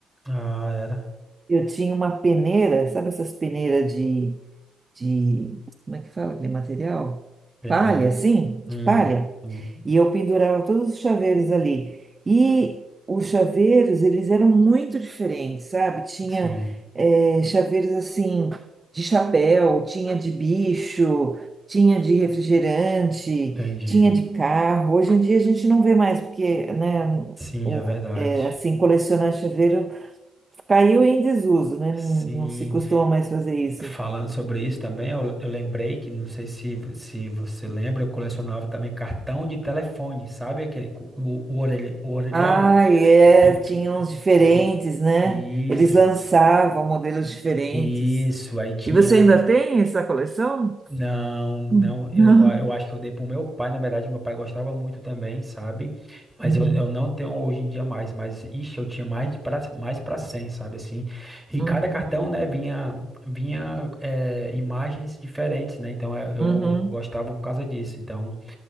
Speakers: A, in the centre; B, on the right.
A: Ah, era.
B: Eu tinha uma peneira, sabe essas peneiras de de, como é que fala aquele material?
A: Peneira.
B: Palha, assim,
A: Hum,
B: de palha.
A: hum,
B: E eu pendurava todos os chaveiros ali. E os chaveiros, eles eram muito diferentes, sabe? Tinha
A: sim,
B: eh, chaveiros assim, de chapéu, tinha de bicho, tinha de refrigerante,
A: entendi.
B: tinha de carro. Hoje em dia a gente não vê mais, porque, né,
A: Sim,
B: o-
A: é verdade.
B: eh, assim, colecionar chaveiro caiu em desuso, né?
A: Sim,
B: Não, não se costuma mais fazer isso.
A: falando sobre isso também, eu, eu lembrei que, não sei se, vo- se você lembra, eu colecionava também cartão de telefone, sabe? Aquele, co- o, o, orelha- o orelhão.
B: Ah, é,
A: Que, que,
B: tinha uns diferentes,
A: que-
B: né?
A: isso,
B: Eles lançavam
A: que-
B: modelos diferentes.
A: isso. Aí tinha.
B: E você ainda tem essa coleção?
A: Não, não,
B: Hum.
A: eu,
B: Não.
A: eu acho que eu dei pro meu pai, na verdade, meu pai gostava muito também, sabe? Mas
B: Uhum,
A: eu, eu não tenho hoje em dia mais, mas ixi, eu tinha mais de pra, mais pra 100, sabe assim? E
B: uhum,
A: cada cartão, né, vinha vinha eh, imagens diferentes, né? Então eh, eu,
B: uhum,
A: eu gostava por causa disso. Então